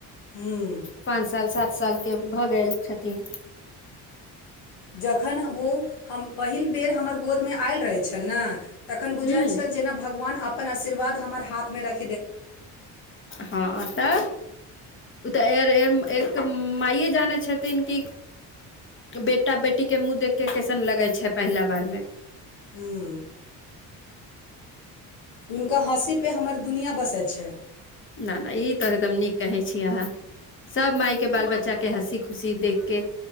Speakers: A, on the left (about 65°); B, on the left (about 25°).
A: हूँ
B: पाँंच साल सात सालके भऽ गेल छथिन
A: जखन ओ हम पहिल बेर हमर गोदमे आयल रहल छन न तखन बुझाय
B: हूँ
A: छल जेना भगवान अपन आशीर्वाद हमर हाथ मे रख
B: हँ तऽ ओ तऽ एर एक माइए जानै छथिन कि बेटा बेटी के मुँह देखके कैसन लग लगै छै पहिला बारमे
A: हूं हिनका हँसीपर हमर दुनिआँ बसै छै
B: न नहि ई तऽ एकदम नीक कहै छी अहाँ सब मायके बाल बच्चा के हँसी खुशी देख के